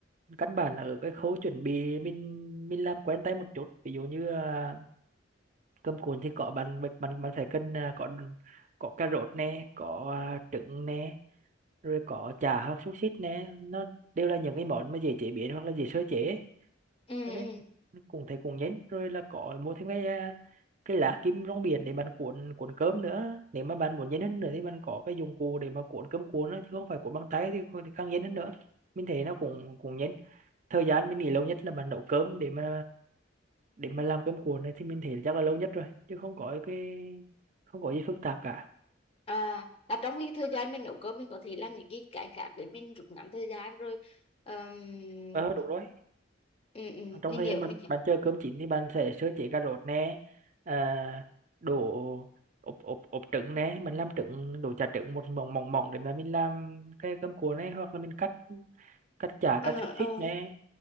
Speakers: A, on the right; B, on the left.
A: căn bản là ở cái khâu chuẩn bị mình mình làm quen tay một chút ví dụ như à, cơm cuốn thì có bạn bạn bạn bạn phải cần à, có có cà rốt nè có à, trứng nè rồi có chả hoặc xúc xích nè nó đều là những cái món mà dễ chế biến hoặc là dễ sơ chế
B: Ừ.
A: cho nên
B: ừ.
A: cũng thấy cũng nhấn rồi là có mua thêm cái à, cái lá kim rong biển để bạn cuộn cuộn cơm nữa nếu mà bạn muốn nhấn hơn nữa thì bạn có cái dụng cụ để mà cuộn cơm cuộn đó chứ không phải cuộn bằng tay thì, thì càng nhấn hơn nữa mình thấy nó cũng cũng nhấn thời gian mình nghĩ lâu nhất là bạn nấu cơm để mà để mà làm cơm cuộn này thì mình thấy chắc là lâu nhất rồi chứ không có cái không có gì phức tạp cả
B: À, là trong cái thời gian mình nấu cơm mình có thể làm những cái cái khác để mình rút ngắn thời gian rồi. Ờm,
A: ờ đúng rồi
B: ừ, ừ,
A: trong
B: mình
A: thời
B: hiểu
A: gian bạn
B: mình
A: bạn chờ cơm chín thì bạn sẽ sơ chế cà rốt nè à, đổ ốp ốp ốp trứng nè mình làm trứng đổ chả trứng một mỏng mỏng mỏng để mà mình làm cái cơm cuộn này hoặc là mình cắt cắt chả
B: ờ
A: cắt xúc
B: ờ
A: xích nè